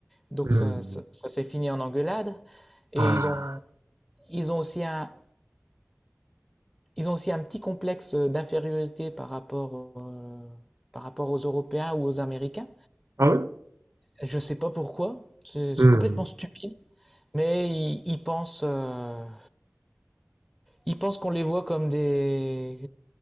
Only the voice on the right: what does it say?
hmm,
Ah.
Ah oui?
Hmm,